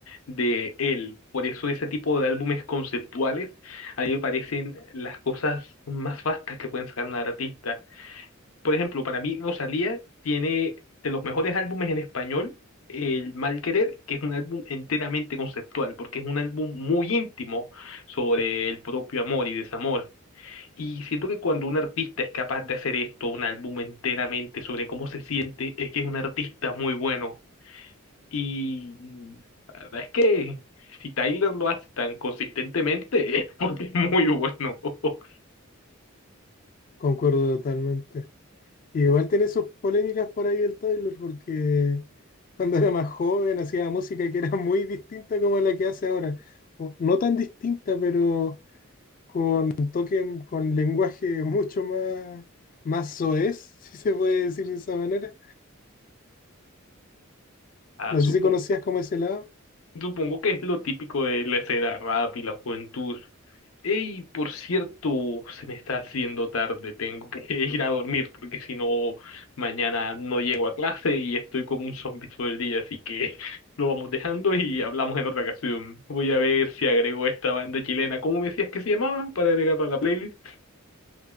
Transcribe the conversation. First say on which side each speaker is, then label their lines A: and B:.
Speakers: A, on the left (about 85°); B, on the left (about 40°).
A: de él. Por eso ese tipo de álbumes conceptuales a mí me parecen las cosas más vastas que pueden sacar un artista. por ejemplo, para mí Rosalía tiene de los mejores álbumes en español, El Mal Querer, que es un álbum enteramente conceptual, porque es un álbum muy íntimo sobre el propio amor y desamor. Y siento que cuando un artista es capaz de hacer esto, un álbum enteramente sobre cómo se siente, es que es un artista muy bueno. Y la verdad es que si Tyler lo hace tan consistentemente, <laughs> es porque es muy bueno. <laughs>
B: Concuerdo totalmente. Y igual tiene sus polémicas por ahí el Tyler, porque cuando era más joven hacía música que era muy distinta como la que hace ahora. O no tan distinta, pero con toque, con lenguaje mucho más, más soez, <laughs> si se puede decir de esa manera.
A: Ah,
B: No
A: supongo.
B: sé si conocías como ese lado,
A: Supongo que es lo típico de la escena rap y la juventud. Ey, por cierto, se me está haciendo tarde, tengo que <laughs> ir a dormir porque si no, mañana no llego a clase y estoy como un zombie todo el día, así que <laughs> lo vamos dejando y hablamos en otra ocasión. Voy a ver si agrego esta banda chilena, ¿cómo me decías que se llamaba? Para agregarla a la playlist.